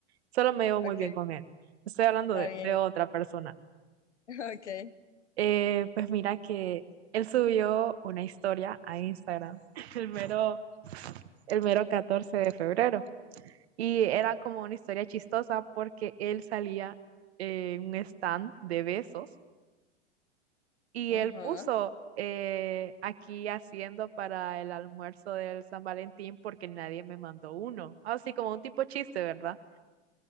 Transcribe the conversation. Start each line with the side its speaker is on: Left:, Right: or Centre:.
Right: Solo me llevo
Left: Ok,
Right: muy bien con él. Estoy hablando
Left: está
Right: de,
Left: bien.
Right: de otra
Left: <laughs>
Right: persona.
Left: Ok.
Right: Eh, pues mira que él subió una historia a Instagram <laughs> el mero, el mero 14 de febrero. Y era como una historia chistosa porque él salía en un stand de besos Y
Left: Ajá,
Right: él puso eh, aquí haciendo para el almuerzo del San Valentín porque nadie me mandó uno. Así como un tipo chiste, ¿verdad?